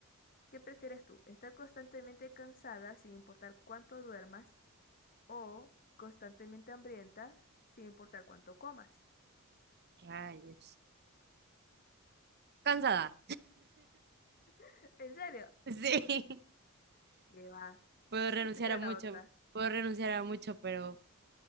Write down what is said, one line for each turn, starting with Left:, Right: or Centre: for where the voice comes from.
Left: ¿qué prefieres tú? ¿Estar constantemente cansada sin importar cuánto duermas? ¿O constantemente hambrienta sin importar cuánto comas?
Right: Rayos. Cansada.
Left: <laughs> ¿En serio?
Right: Sí. <laughs>
Left: ¿Qué va?
Right: Puedo
Left: Yo
Right: renunciar
Left: preferiría
Right: a mucho,
Left: la otra.
Right: puedo renunciar a mucho, pero